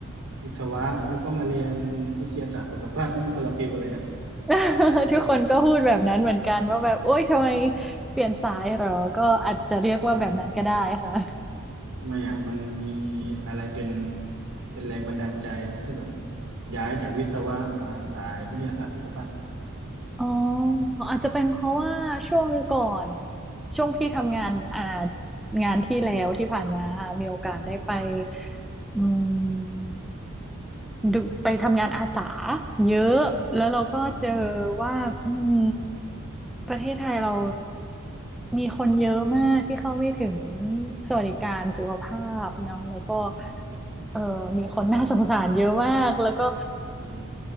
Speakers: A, on the right; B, in the centre.
A: วิศวะแล้วก็มาเรียนวิทยาศาสตร์สุขภาพนี่มันคนละฟิลกันเลยนะ
B: <laughs> ทุกคนก็พูดแบบนั้นเหมือนกันว่าแบบโอ๊ยทำไมเปลี่ยนสายเหรอก็อาจจะเรียกว่าแบบนั้นก็ได้ค่ะ
A: เออทำไมอ่ะมันมีอะไรเป็นเป็นแรงบันดาลใจที่แบบย้ายจากวิศวะมาสายวิทยาศาสตร์สุขภาพ
B: อ๋ออาจจะเป็นเพราะว่าช่วงก่อนช่วงที่ทำงานอ่างานที่แล้วที่ผ่านมาค่ะมีโอกาสได้ไป
A: อืม
B: อืมดูไปทำงานอาสาเยอะแล้วเราก็เจอ
A: อืม
B: ว่าอืมประเทศไทยเรามีคนเยอะมากที่เข้าไม่ถึงสวัสดิการสุขภาพเนาะแล้วก็
A: อืม
B: เออมีคนน่าสงสารเยอะมากแล้วก็
A: อืม